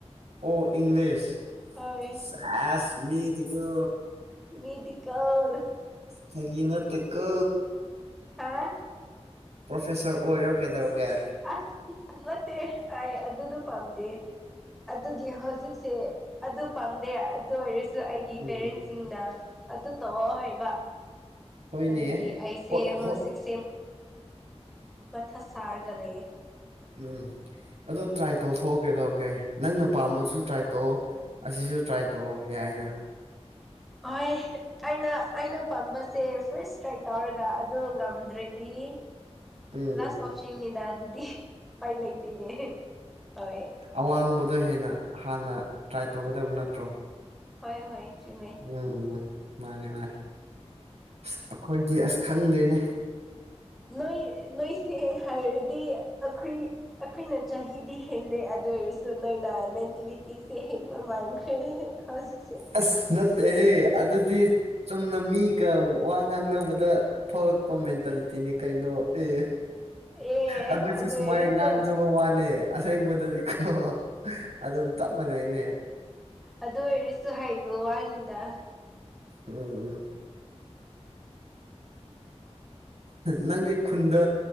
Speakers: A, on the right; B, in the centre.
A: ꯑꯣ ꯏꯪꯂꯤꯁ
B: ꯍꯣꯏ
A: ꯑꯁ ꯃꯤ ꯇꯒꯣ
B: ꯃꯤꯗꯤꯀꯥꯜ
A: ꯐꯒꯤꯅ ꯇ ꯀꯣ
B: ꯍꯥ
A: ꯄ꯭ꯔꯣꯐꯦꯁꯔ ꯑꯣꯏꯔꯣ ꯀꯩꯗꯧꯔꯒꯦ
B: ꯑꯁ ꯅꯠꯇꯦ ꯑꯩ ꯑꯗꯨꯗꯣ ꯄꯥꯝꯗꯦ ꯑꯗꯨꯒꯤ ꯍꯧꯖꯤꯛꯁꯦ ꯑꯗꯨ ꯄꯥꯝꯗꯦ ꯑꯗꯨ ꯑꯣꯏꯔꯁꯨ ꯑꯩꯒꯤ
A: ꯎꯝ
B: ꯄꯦꯔꯦꯟꯁ ꯁꯤꯡꯅ ꯑꯗꯨ ꯇꯧꯑꯣ ꯍꯥꯏꯕ
A: ꯍꯣꯏꯅꯦ
B: ꯑꯗꯨꯒꯤ ꯑꯩꯁꯦ
A: ꯍꯣꯏ
B: ꯍꯧꯖꯤꯛꯁꯦ
A: ꯍꯣꯏ
B: ꯃꯊ ꯁꯥꯔꯒꯂꯦ
A: ꯎꯝ ꯑꯗꯣ ꯇ꯭ꯔꯥꯏ ꯇꯧꯊꯣꯛꯑꯣ ꯀꯩꯗꯧꯔꯒꯦ ꯅꯪꯅ ꯄꯥꯝꯕꯗꯨꯁꯨ ꯇ꯭ꯔꯥꯏ ꯇꯧꯑꯣ ꯑꯁꯤꯁꯨ ꯇ꯭ꯔꯥꯏ ꯇꯧꯑꯣ ꯌꯥꯏꯅ
B: ꯍꯣꯏ ꯑꯩꯅ ꯑꯩꯅ ꯄꯥꯝꯕꯁꯦ ꯐꯥꯔꯁ ꯇ꯭ꯔꯥꯏ ꯇꯧꯔꯒ ꯑꯗꯨ ꯉꯝꯗ꯭ꯔꯦꯗꯤ
A: ꯎꯝ
B: ꯂꯥꯁ ꯑꯣꯞꯁꯟꯅꯤꯗ ꯑꯗꯨꯗꯤ ꯎꯄꯥꯏ ꯂꯩꯇꯦꯅꯦ ꯍꯣꯏ꯫
A: ꯑꯋꯥꯡꯕꯗ ꯍꯦꯟꯅ ꯍꯥꯟꯅ ꯇ꯭ꯔꯥꯏ ꯇꯧꯒꯗꯕ ꯅꯠꯇ꯭ꯔꯣ꯫
B: ꯍꯣꯏ ꯍꯣꯏ ꯆꯨꯝꯃꯦ
A: ꯎꯝ ꯎꯝ ꯃꯥꯅꯦ ꯃꯥꯅꯦ ꯑꯁ ꯑꯩꯈꯣꯏꯗꯤ ꯑꯁ ꯈꯪꯗꯔꯦꯅꯦ
B: ꯅꯣꯏ ꯅꯣꯏꯁꯦ ꯍꯥꯏꯔꯗꯤ ꯑꯩꯈꯨꯏ ꯑꯩꯈꯨꯏꯅ ꯆꯍꯤꯗꯤ ꯍꯦꯜꯂꯦ ꯑꯗꯨ ꯑꯣꯏꯔꯁꯨ ꯅꯣꯏꯅ ꯃꯦꯟꯇꯦꯂꯤꯇꯤꯁꯦ ꯍꯦꯟꯕ ꯃꯥꯡꯈ꯭ꯔꯦ ꯌꯦꯍꯤꯍꯦ ꯍꯧꯖꯤꯛ
A: ꯑꯁ ꯅꯠꯇꯦꯍꯦ ꯑꯗꯨꯗꯤ ꯆꯨꯝꯅ ꯃꯤꯒ ꯋꯥ ꯉꯥꯡꯅꯕꯗ ꯊꯣꯛꯂꯛꯄ ꯃꯦꯟꯇꯥꯂꯤꯇꯤꯅꯦ ꯀꯩꯅꯣ ꯑꯦ
B: ꯑꯦ
A: ꯑꯩꯈꯣꯏꯁꯨꯦ
B: ꯑꯗꯨ
A: ꯁꯨꯃꯥꯏꯅ
B: ꯑꯣꯏꯔꯁꯨ
A: ꯉꯥꯡꯖꯕ ꯋꯥꯂꯦ ꯑꯁꯦꯡꯕꯗꯗꯤꯀꯣ ꯑꯗꯨꯝ ꯆꯞ ꯃꯥꯟꯅꯩꯅꯦ
B: ꯑꯗꯨ ꯑꯣꯏꯔꯁꯨ ꯍꯩꯕ ꯋꯥꯅꯤꯗ
A: ꯎꯝ ꯎꯝ ꯅꯪꯗꯤ ꯈꯨꯟꯗ